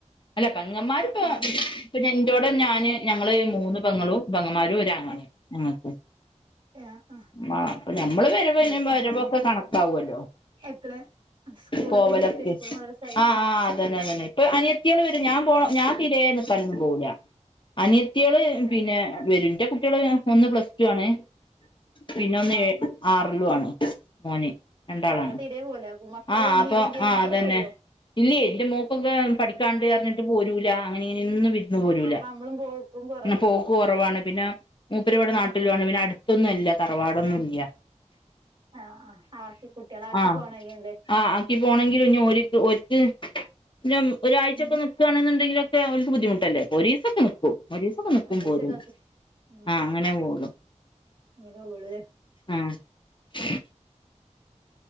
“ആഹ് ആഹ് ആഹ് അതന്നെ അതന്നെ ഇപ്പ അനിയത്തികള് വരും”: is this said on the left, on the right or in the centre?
Left